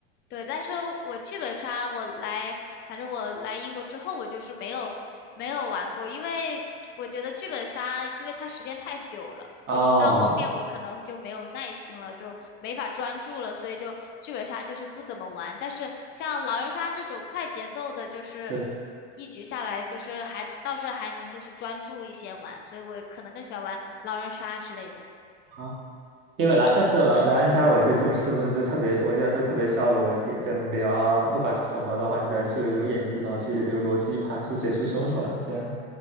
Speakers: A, on the left; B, on the right.
A: 对，但是我剧本杀我来，反正我来英国之后，我就是没有没有玩过，因为我觉得剧本杀，因为它时间太久了，
B: 哦，
A: 就是到后面我可能就没有耐心了，就没法专注了，所以就剧本杀就是不怎么玩。但是像狼人杀这种快节奏的，就是
B: 对，
A: 一局下来，就是还倒是还能就是专注一些玩，所以我可能更喜欢玩狼人杀之类的。
B: 啊。因为狼，但是狼狼人杀，我记得就是不是就特别，我记得就特别需要逻辑，就你得要不管是什么的话，你得去有演技，然后去有逻辑去盘出谁是凶手来，这样。